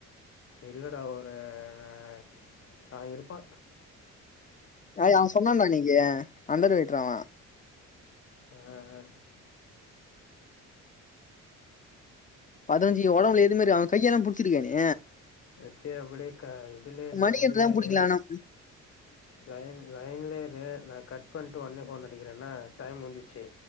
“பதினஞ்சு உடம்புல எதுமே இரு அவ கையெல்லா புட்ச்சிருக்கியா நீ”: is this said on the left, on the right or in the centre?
Left